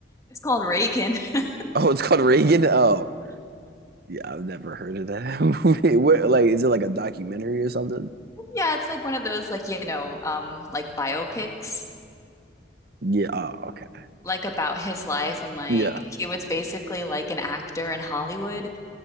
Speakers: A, on the left; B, on the right.
A: It's called Reagan. <laughs>
B: Oh, it's called Reagan. Oh, yeah, I've never heard of that <laughs> movie. What, like, is it like a documentary or something?
A: Yeah, it's like one of those like, you know, um like biopics
B: Yeah. Oh, okay.
A: like about his life and like
B: Yeah.
A: he was basically like an actor in Hollywood.